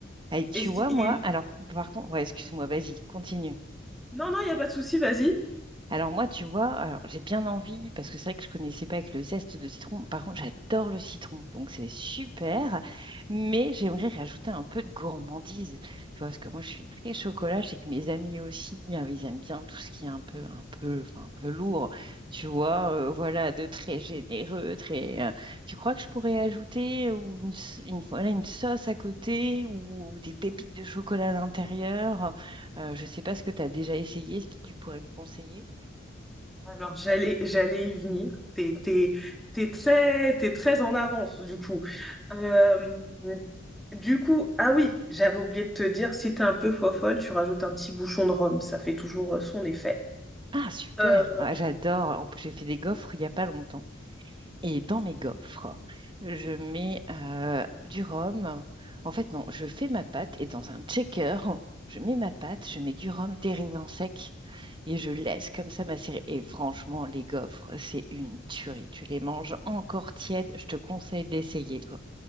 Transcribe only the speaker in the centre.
Et, c'est-
et-
non, non, il n'y a pas de souci, vas-y.
Alors, j'allais, j'allais y venir. T'es, t'es, t'es très, t'es très en avance, du coup. Euh, Du coup, ah oui, j'avais oublié de te dire, si t'es un peu fofolle, tu rajoutes un petit bouchon de rhum, ça fait toujours euh, son effet.
Euh,